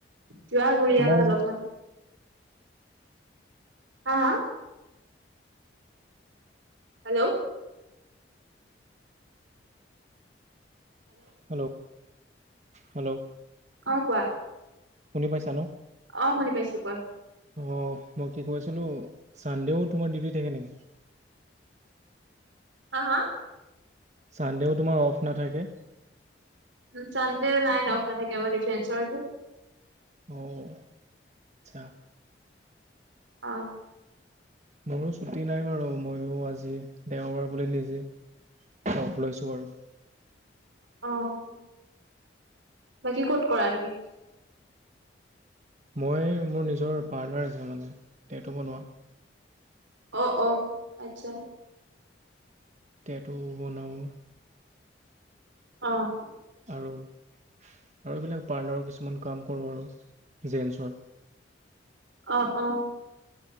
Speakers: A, on the right; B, on the right.
A: যোৱা ঘূৰি
B: তোমাৰ
A: আহা অলপমান হা হা হেল্ল'
B: হেল্ল' হেল্ল
A: অ কোৱা
B: শুনি পাইছা ন
A: অ শুনি পাইছো কোৱা
B: অ মই কি কৈ আছিলোঁ ছানডেও তোমাৰ ডিউটি থাকে নেকি
A: হা হা
B: ছানডেও তোমাৰ অফ নাথাকে।
A: উম ছানডেও নাই অফ নাথাকে বাত ডিফেণ্ডচৰ যে।
B: অ আচ্ছা
A: অ'।
B: মোৰো ছুটি নাই বাৰু, ময়ো আজি দেওবাৰ বুলি নিজে অফ লৈছোঁ আৰু।
A: অ'। বাকী ক'ত কৰা তুমি।
B: মই মোৰ নিজৰ পাৰ্লাৰ আছে মানে টেটু বনোৱা।
A: অ অ আচ্ছা।
B: টেটু বনাওঁ।
A: অ'।
B: আৰু আৰু এইবিলাক পাৰ্লাৰৰ কিছুমান কাম কৰোঁ আৰু জেমছৰ।
A: অ অ